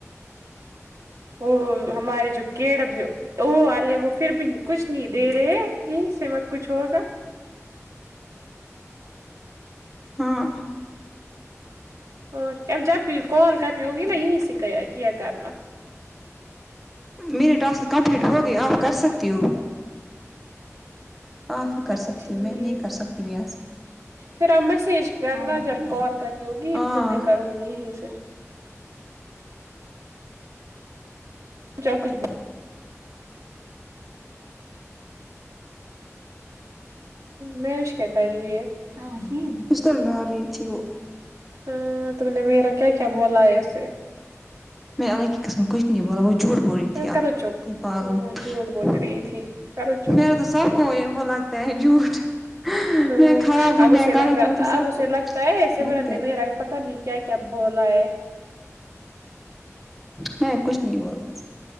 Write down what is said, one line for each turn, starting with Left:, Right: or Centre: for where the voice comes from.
Right: وہ ہماری جو کے ڈبلو او والے وہ پھر بھی کچھ نہیں دے رہے یہی سے مت کچھ ہوگا
Centre: ہاں
Right: اور کیا اب جب بھی کال کرنی ہوگی نا یہیں سے کیا کیا کرنا
Centre: میرا ٹاسک کمپلیٹ ہوگیا آف کر سکتی ہو آپ ہی کر
Right: اچھا
Centre: سکتی
Right: ٹھیک
Centre: ہوں میں نہیں کر سکتی ہوں یہاں سے
Right: پھر آپ میسج کرنا جب کال کرنی ہوگی
Centre: ہاں
Right: پھر میں کروں گی یہیں سے جاؤ کچھ میش کیا کر رہی ہے تاشیر
Centre: بستر میں ڈال رہی تھی وہ
Right: ہاں تم نے میرا کیا کیا بولا ہے اسے
Centre: اللہ کی قسم کچھ نہیں بولا وہ جھوٹ بول رہی تھی آپ
Right: کرو
Centre: کو
Right: چپ ہ جھوٹ بول
Centre: <unintelligible>
Right: رہی تھی کرو چپ
Centre: میرا تو سب کو ہے وہ لگتا ہے جھوٹ
Right: ہوں
Centre: میں خراب ہوں
Right: اب اسے
Centre: میں
Right: لگ
Centre: غلط
Right: رہا
Centre: ہوں تو سب
Right: اب اسے
Centre: کو
Right: لگتا ہے ایسے
Centre: لگتا
Right: میںر نے
Centre: ہے
Right: میرا پتا نہیں کیا کیا بولا ہے
Centre: میں کچھ نہیں بولا